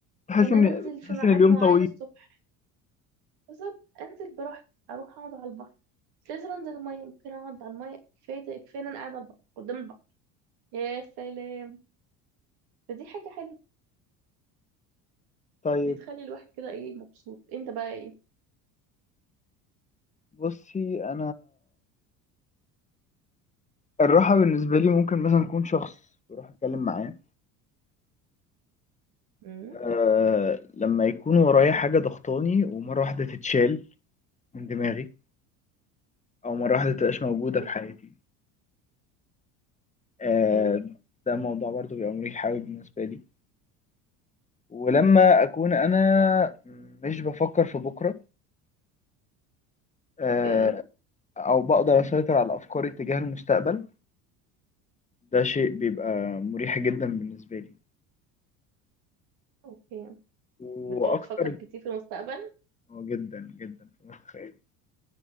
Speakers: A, on the left; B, on the right.
A: تحس
B: ان
A: ان
B: انا انزل في
A: تحس
B: ميعاد
A: ان اليوم
B: معين
A: طويل
B: الصبح بالظبط انزل براحتي اروح اقعد على البحر مش لازم انزل المية ممكن اقعد على المية كفاية كفاية ان انا قاعدة على البحر قدام البحر يا سلام فدي حاجة حلوة
A: طيب
B: دي تخلي الواحد كده ايه مبسوط انت بقى ايه
A: بصي انا الراحه بالنسبه لي ممكن مثلا اكون شخص بروح اتكلم معاه
B: امم
A: أه لما يكون ورايا حاجة ضغطاني ومرة واحدة تتشال من دماغي او مره واحده تبقاش موجوده
B: حلو
A: في حياتي آه
B: ايه
A: ده موضوع برضو بيبقى مريح قوي بالنسبه لي ولما اكون انا مش بفكر في بكره آه
B: ايه
A: او بقدر اسيطر على افكاري تجاه المستقبل ده شيء بيبقى مريح جدا بالنسبه لي
B: اوكي
A: واكتر
B: بتقعد تفكر كتير في المستقبل
A: آه، جدا جدا فما تتخيل